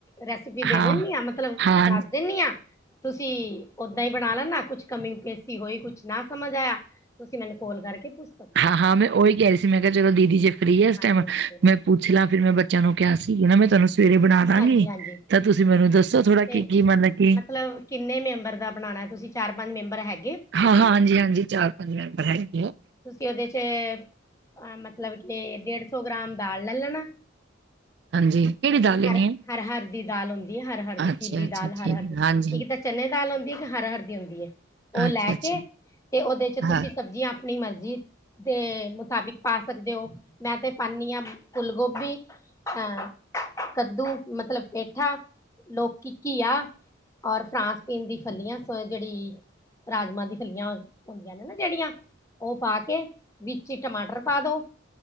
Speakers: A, on the left (about 15°); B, on the right (about 60°).
A: ਰੈਸਿਪੀ
B: ਹਾਂ,
A: ਦੇ ਦੇਣੀ ਆ ਮਤਲਬ
B: ਹਾਂ,
A: ਦਾਸ ਦੇਣੀ ਆ ਤੁਸੀਂ ਓਦਾਂ ਹੀ ਬਣਾ ਲੈਣਾ, ਕੁਛ ਕਮੀ ਪੇਸੀ ਹੋਈ ਕੁਛ ਨਾ ਸਮਝ ਆਏਆ ਤੁਸੀਂ ਮੈਨੂੰ ਕੋਲ ਕਰਕੇ ਪੁੱਛ ਸਕ
B: ਹਾਂ-ਹਾਂ ਮੈਂ ਓਈ ਕੇਹ ਰਹੀ ਸੀ ਮੈਂ ਕੇਆ ਚਲੋ ਦੀਦੀ ਜੇ ਫ੍ਰੀ ਹੈ ਇਸ
A: ਹਾਂਜੀ
B: ਟੈਮ
A: ਹਾਂਜੀ ਹਾਂਜੀ
B: ਮੈਂ ਪੁੱਛ ਲਾ, ਫਿਰ ਮੈਂ ਬੱਚੇਆਂ
A: ਹਾਂਜੀ
B: ਨੂੰ ਕੇਹਾ ਸੀ ਕਿ ਨਾ ਮੈਂ ਤੁਹਾਨੂੰ ਸਵੇਰੇ ਬਣਾ ਦਾਂਗੀ
A: ਹਾਂਜੀ ਹਾਂਜੀ
B: ਤਾਂ ਤੁਸੀਂ ਮੈਨੂੰ ਦੱਸੋ ਥੋੜਾ ਕੀ-ਕੀ
A: ਤੇ
B: ਮਤਲਬ ਕੀ
A: ਮਤਲਬ ਕਿੰਨੇ ਮੈਂਬਰ ਦਾ ਬਣਾਣਾ ਤੁਸੀਂ? ਚਾਰ ਪਾਂਜ ਮੈਂਬਰ ਹੈ
B: ਹਾਂ-ਹਾਂ, ਹਾਂਜੀ-ਹਾਂਜੀ ਚਾਰ ਪਾਂਜ ਮੈਂਬਰ ਹੈਗੇ ਏ।
A: ਤੁਸੀਂ ਏਹਦੇ ਚੇ ਏਹ ਅ ਮਤਲਬ ਕੇ ਡੇਢ ਸੌ ਗ੍ਰਾਮ ਦਾਲ ਲੈ ਲੈਣਾ
B: ਹਾਂਜੀ ਕਿਹੜੀ
A: ਹਰ,
B: ਦਾਲ ਲੈਣੀ ਹੈ
A: ਹਰ-ਹਰ ਦੀ ਦਾਲ ਹੁੰਦੀ ਹੈ ਹਰ-ਹਰ ਦੀ
B: ਅੱਛਾ
A: ਪੀਲੀ
B: ਅੱਛਾ
A: ਦਾਲ ਹਰ-ਹਰ
B: ਠੀਕ ਹੈ।
A: ਦੀ,
B: ਹਾਂਜੀ
A: ਇੱਕ ਤੇ ਚਨੇ ਦਾਲ ਹੁੰਦੀ ਹੈ ਇੱਕ ਹਰ-ਹਰ ਦੀ ਹੁੰਦੀ ਏ
B: ਹਾਂ,
A: ਉਹ ਲੈ
B: ਅੱਛਾ
A: ਕੇ
B: ਅੱਛਾ
A: ਤੇ ਉਹਦੇ ਚ ਤੁਸੀਂ
B: ਹਾਂ
A: ਸਬਜ਼ੀਆਂ ਅਪਣੀ ਮਰਜ਼ੀ ਦੇ ਮੁਤਾਬਿਕ ਪਾ ਸਕਦੇ ਹੋ। ਮੈਂ ਤੇ ਪਾਣੀ ਆ ਫੁੱਲ ਗੋਭੀ, ਐ ਕੱਦੂ ਮਤਲਬ ਪੇਠਾ, ਲੋਕੀ, ਘੀਆ ਔਰ ਫਰਾਂਸ ਬੀਣ ਦੀ ਫਲੀਆਂ ਸੋਏ ਜੇਅੜੀ ਹਾਂ ਭੇਜੋ, ਕਿਹੜਾ ਟੈਕਸਟ ਠੀਕ ਕਰਨਾ ਹੈ। ਉਹ ਪਾ ਕੇ ਵਿੱਚ ਟਮਾਟਰ ਪਾ ਦਿਓ